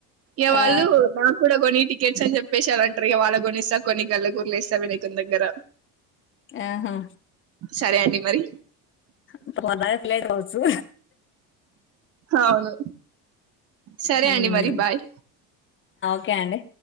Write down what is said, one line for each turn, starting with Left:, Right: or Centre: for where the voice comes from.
Right: ఇగా వాళ్ళు
Left: ఆ
Right: నాకు కూడా కొనీ టికె గెమ్స్ అని చెప్పేసారు అంటారు వాళ్ళ కొనేస్తా కొన్ని గల గురలు ఇస్తా వినకు దగ్గర
Left: ఆహా
Right: సరే అండి మరి
Left: ఇప్పుడు అన్నానికి లేట్ అవచ్చు
Right: అవును సరే
Left: హ్మ్
Right: అండి మరి బాయ్
Left: ఓకే అండి